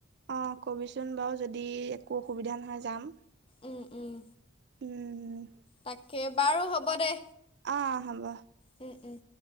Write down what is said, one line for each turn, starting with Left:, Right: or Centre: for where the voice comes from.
Right: অ, কবিচোন বাৰু যদি একো অসুবিধা নহয় যাম।
Left: উম- উম
Right: উম,
Left: তাকে বাৰু হ'ব দে।
Right: অ, হ'ব।
Left: উম -উম